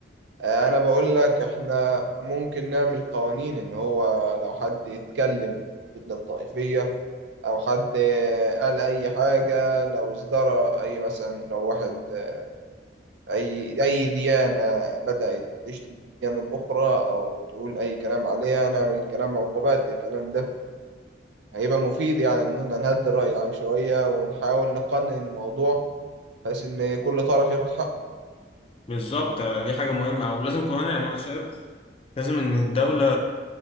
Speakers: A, on the right; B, on the left.
A: آه، أنا بقول لك إحنا ممكن نعمل قوانين إن هو لو حد يتكلم في الفتنة الطائفية أو حد آه، قال أي حاجة لو ازدرى أي مثلا لو واحد آه، أي أي ديانة بدأت تشتم في الديانة الأخرى أو تقول أي كلام عليها نعمل كلام عقوبات للكلام ده. هيبقى مفيد يعني إن إحنا نهدي الرأي العام شوية ونحاول نقنن الموضوع بحيث إن كل طرف ياخد حقه
B: بالظبط دي حاجة مهمة ولازم كمان يعني أنا شايف لازم إن الدولة